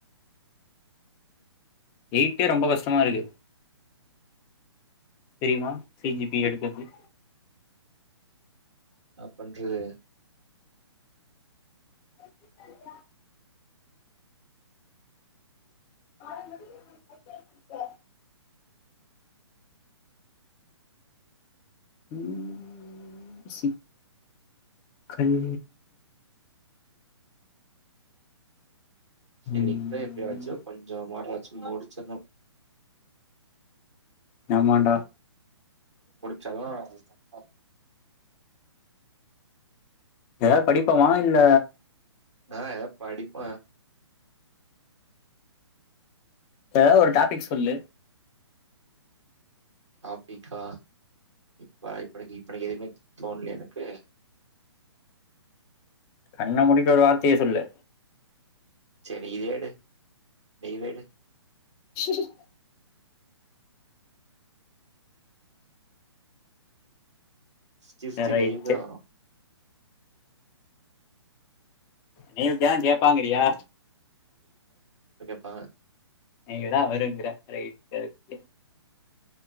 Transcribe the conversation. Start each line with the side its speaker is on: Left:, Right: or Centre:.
Left: எயிட்டே ரொம்ப கஷ்டமா இருக்கு தெரியுமா சி ஜி பி எடுக்கர்து
Right: நா பண்றது
Left: <unintelligible> ஆ <unintelligible> ம் ஸிப் கன்
Right: இன்னிக்கு
Left: ம்
Right: போய் எப்பயாச்சு கொஞ்ச மாட்டுன சும்முடிச்சன்னு
Left: நாம்மாண்டா
Right: செல்லா <unintelligible>
Left: ஏதாது படிப்பமா இல்ல
Right: ஆ யத படிப்போ
Left: ஏதாது ஒரு டாபிக் சொல்லு
Right: டாபிக்கா இப்ப இப்பக்கு இப்பக்கு எதுமே தோணலயே எனக்கு
Left: கண்ண மூடிட்டு ஒரு வார்த்தையே சொல்லு
Right: சரி இத எடு நீ இத எடு
Left: சரி
Right: சிஃப்டி
Left: ரைட்டு
Right: நைவுக்கு தா வரு
Left: நீவுக்கதா கேப்பாங்கிறியா
Right: ஆ
Left: நீங்கதா வருங்குற ரைட்டு ஓகே